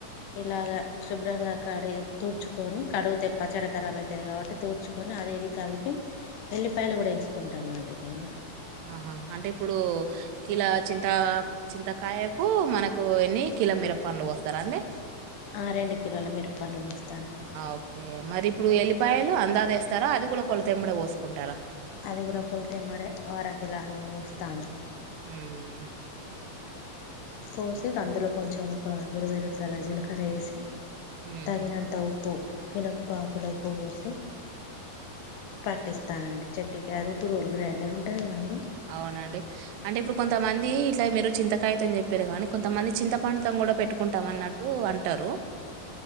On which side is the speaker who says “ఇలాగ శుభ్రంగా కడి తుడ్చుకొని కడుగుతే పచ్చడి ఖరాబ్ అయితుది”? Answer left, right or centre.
Left